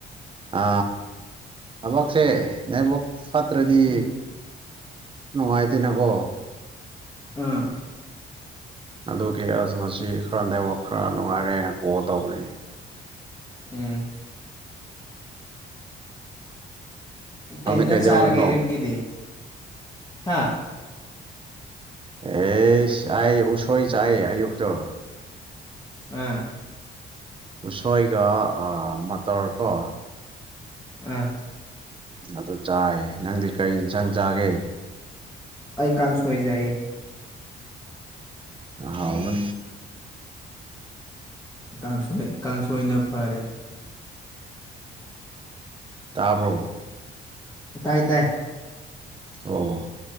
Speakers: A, on the right (about 25°); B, on the left (about 15°).
A: ꯑ ꯊꯕꯛꯁꯦ ꯅꯦꯠꯋꯥꯛ ꯐꯠꯇ꯭ꯔꯗꯤ
B: ꯎꯝ
A: ꯅꯨꯡꯉꯥꯏꯇꯦꯅꯀꯣ
B: ꯑ
A: ꯑꯗꯨꯒꯤ ꯑꯁ ꯃꯁꯤ ꯈꯔ ꯅꯩꯕ ꯈꯔ ꯅꯨꯡꯉꯥꯏꯔꯦꯅ ꯀꯣꯜ ꯇꯧꯕꯅꯤ
B: ꯎꯝ
A: ꯅꯪꯗꯤ
B: ꯀꯩꯟꯖꯥꯡ
A: ꯀꯩꯗꯧꯔꯤꯕꯅꯣ
B: ꯆꯥꯔꯒꯦ ꯑꯌꯨꯛꯀꯤꯗꯤ ꯍꯥ
A: ꯑꯦꯁ ꯑꯥꯏ ꯎꯁꯣꯏ ꯆꯥꯏ ꯑꯌꯨꯛꯇꯛꯇ
B: ꯑ
A: ꯎꯁꯣꯏꯒ ꯃꯇꯇꯔ ꯀꯣ
B: ꯑ
A: ꯑꯗꯨ ꯆꯥꯏ ꯅꯪꯗꯤ ꯀꯩ ꯏꯟꯁꯥꯡ ꯆꯥꯒꯦ
B: ꯑꯩ ꯀꯥꯡ ꯁꯣꯏꯖꯩꯌꯦ
A: ꯑꯣꯥꯎꯕ
B: ꯀꯥꯡꯁꯣꯏ ꯀꯥꯡꯁꯣꯏꯅ ꯐꯔꯦ
A: ꯇꯥꯕ꯭ꯔꯣ
B: ꯇꯥꯏ ꯇꯥꯏ
A: ꯑꯣ